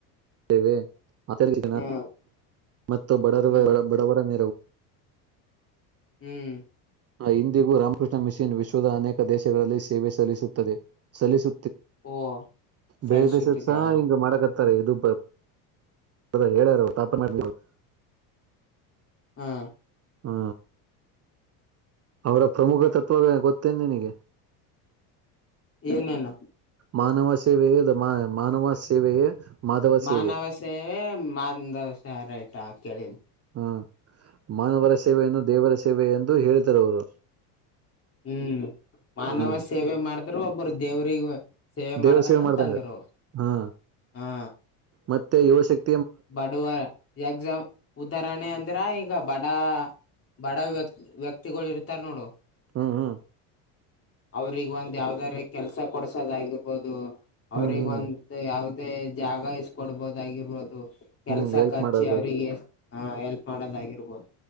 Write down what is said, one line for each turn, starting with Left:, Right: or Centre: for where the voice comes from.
Right: <unintelligible>
Left: ಹ್ಮ್
Right: ಮತ್ತು ಬಡ
Left: ಹ್ಮ್
Right: ಬಡವರ. <inaudible> <unintelligible>
Left: ಹ್ಮ್.
Right: ಇಂದಿಗೂ ರಾಮಕೃಷ್ಣ ಮಿಷನ್ ವಿಶ್ವದ ಅನೇಕ ದೇಶಗಳಲ್ಲಿ ಸೇವೆ ಸಲ್ಲಿಸುತ್ತದೆ ಸಲ್ಲಿಸ.
Left: ಓ ಸಲ್ಲಿಸುತ್ತಿದೆಯಾ
Right: ಬೇರೆ ದೇಶಕ್ಕೆಸ ಹಿಂಗ ಮಾಡಕ ಹತ್ತಾರೆ ಇದು. ಅದ ಹೇಳಾರ ತಾಪನಡವು. <unintelligible>
Left: ಹಾ.
Right: ಹಾ. ಅವರ ಪ್ರಮುಖ ತತ್ವದ ಗೊತ್ತೇನೆ ನಿನಗೆ.
Left: ಏನೇನು.
Right: ಮಾನವ ಸೇವೆಯೇ ದ ಮಾ ಮಾನವ ಸೇವೆಯೇ. ಮಾಧವ
Left: ಮಾನವ
Right: ಸೇವೆ
Left: ಸೇವೆ ಮಾನದವಸ ರಐಟಾ ಕೇಳಿನಿ.
Right: ಹ್ಮ ಮಾನವರ ಸೇವೆೆಯನ್ನು ದೇವರ ಸೇವೆ ಎಂದು ಹೇಳೇತಾರ ಅವರು.
Left: ಹ್ಮ್ ಮಾನವ
Right: ಹ್ಮ್
Left: ಸೇವೆ ಮಾಡಿದ್ರು ಒಬ್ಬರು ದೇವ್ರಿಗೆ. ಸೇವೆ
Right: ದೇವರ
Left: ಮಾಡ್ದಂಗಂತ
Right: ಸೇವೆ ಮಾಡ್ದಂಗ
Left: ತಂದರು ಅವರು
Right: ಹಾ
Left: ಹಾ.
Right: ಮತ್ತೆ ಯುವಶಕ್ತಿ.
Left: ಬಡವಾರ ಎಕ್ಸ ಉದಾಹರಣೆ ಅಂದ್ರ. ಇದ್ರ ಈಗ ಬಡ ಬಡ ವ್ಯಕ್ತಿ ವ್ಯಕ್ತಿಗಳು ಇರ್ತಾರ ನೋಡು.
Right: ಹ್ಮ್ ಹ್ಮ್.
Left: ಅವ್ರಗ ಒಂದ್ ಯಾವ್ದಾರ ಕೆಲ್ಸ ಕೊಡ್ಸೋದಗಿರ್ಬೋದು. ಅವ್ರಗ
Right: ಹ್ಮ್ ಹ್ಮ್
Left: ಒಂತ ಯಾವದೇ ಜಾಗ ಇಸ್ಕೊಡ್ಬೋದಾಗಿರ್ಬೋದು. ಕೆಲ್ಸಕ್
Right: ಹ್ಮ್ ಹೆಲ್ಪ್
Left: ಹಚ್ಚಿ
Right: ಮಾಡೋದು
Left: ಅವ್ರಿಗೆ ಹ ಎಲ್ಪ್ ಮಾಡೋದಾಗಿರ್ಬೋದು.